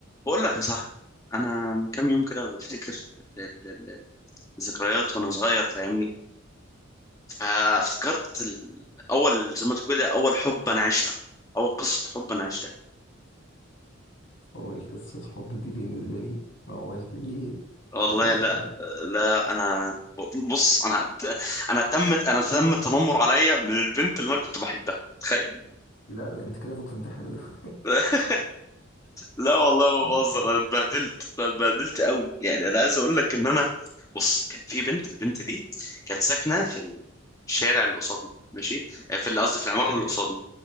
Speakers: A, on the left; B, on the left.
A: بقول لك يا صاحبي انا من كام يوم كده بفتكر ال- ال- ال- الذكريات وانا صغير فاهمني فافتكرت ال- اول زي ما تقول اول حب انا عشته اول قصة حب انا عشتها
B: هو قصة حب دي بالنسبة لي موال كبير
A: والله
B: كمل
A: لا
B: كمل
A: لا انا بص انا انا تمت انا تم التنمر عليا من البنت اللي انا كنت بحبها تخيل
B: لا ده انت كده فوت تنتحر دلوقتي
A: <laughs> لا والله ما
B: <laughs>
A: بهزر انا اتبهدلت انا اتبهدلت قوي يعني انا عايز اقول لك ان انا بص كان في بنت البنت دي كانت ساكنه في الشارع اللي قصادنا ماشي آه، في اللي قصدي في العماره
B: حلو
A: اللي قصادنا